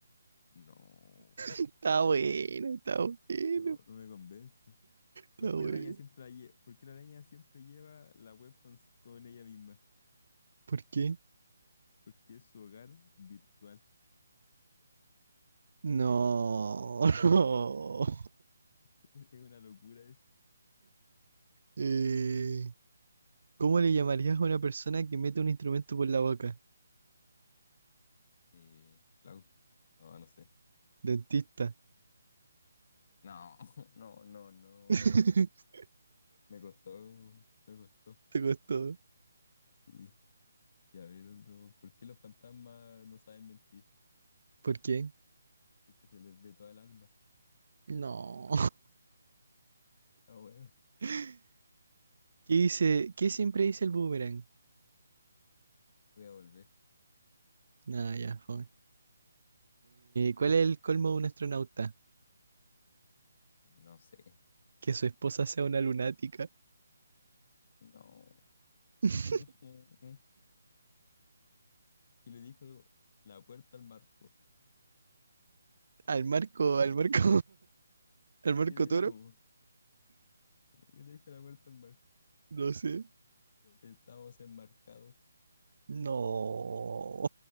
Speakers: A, on the left; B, on the right.
A: No.
B: Está bueno, está bueno.
A: No, no me convence.
B: Está
A: ¿Por qué
B: bueno.
A: la araña siempre, la lle- ¿Por qué la araña siempre lleva la web con, con ella misma?
B: ¿Por qué?
A: Porque es su hogar virtual.
B: No, <laughs> no.
A: <laughs> Es una locura eso.
B: Eh, ¿cómo le llamarías a una persona que mete un instrumento por la boca?
A: Eh, Clau. No, no sé.
B: Dentista.
A: No, <laughs> no, no, no.
B: <laughs>
A: Me costó, me costó.
B: Te costó.
A: Sí. Y a ver otro. ¿Por qué los fantasmas no saben mentir?
B: ¿Por qué?
A: Porque se les ve toda el alma.
B: No.
A: Ah, bueno.
B: <laughs> ¿Qué dice? ¿Qué siempre dice el boomerang?
A: Voy a volver.
B: Nada, ya, fue. ¿cuál es el colmo de un astronauta?
A: No sé.
B: Que su esposa sea una lunática.
A: No.
B: <laughs>
A: <laughs> ¿Qué le dijo la puerta al marco?
B: Al marco, al marco. ¿El Marco
A: ¿Qué le
B: Toro?
A: dijo? ¿Qué le dijo la puerta al marco?
B: No sé.
A: Estamos enmarcados.
B: No,